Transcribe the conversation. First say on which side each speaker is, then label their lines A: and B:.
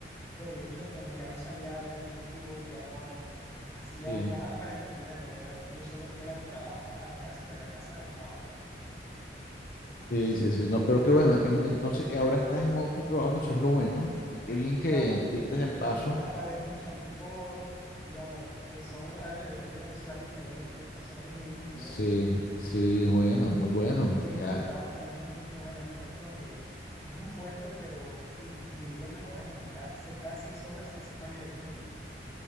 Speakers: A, on the left; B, on the left.
A: por el hecho de que no- ya no salía a ver a mis amigos, ya no hacía
B: Sí,
A: nada para entretenerme, ¿no? Era, yo solo era mi trabajo a la casa, de la casa al trabajo.
B: sí, sí, sí, no, pero qué bueno, en- entonces ahora estás en otro trabajo, eso es lo bueno, y qué bien que
A: Claro,
B: diste el
A: que
B: paso,
A: la, pa- la paga es mucha mejor, digamos, eh, son alrededor de dos salarios y medio, dos salarios mínimos y medio.
B: sí, sí, bueno, muy bueno,
A: el tiempo
B: ya.
A: de trabajo también es mucho menos, no es como que es un puerto, pero los dividen las horas en ca- se- cada seis horas ese cambio de turno.